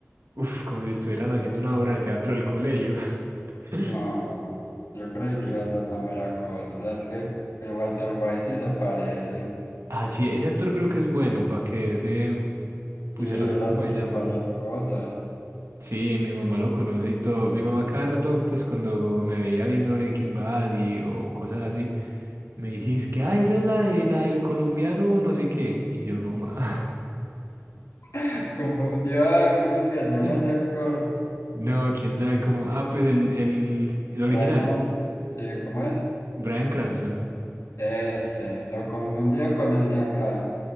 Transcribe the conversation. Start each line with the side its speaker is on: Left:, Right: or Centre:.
Right: Uf, como si estuvieran haciendo una obra de teatro del colegio. <laughs>
Left: no. Yo creí
Right: Sí.
Left: que iba a ser la mera cosa. Es que el Walter White sí se parece.
Right: Ah, sí, ese actor creo que es bueno, para que ese, pucha,
Left: Sí, él
Right: no sé cómo
Left: ha salido
Right: se llama.
Left: en varias cosas.
Right: Sí, mi mamá lo conoce y todo. Mi mamá cada rato, pues cuando me veía viendo Breaking Bad y o cosas así, me decís que, ah, esa es la de la del colombiano, no sé qué. Y yo no más.
Left: <laughs> Confundió a, ¿cómo es que se llama
Right: <laughs>
Left: ese actor?
Right: No, quién sabe cómo. Ah, pues el, el, el original,
Left: Brian, sí, ¿cómo es?
Right: Bryan Cranston.
Left: Ese, lo confundía con el de acá.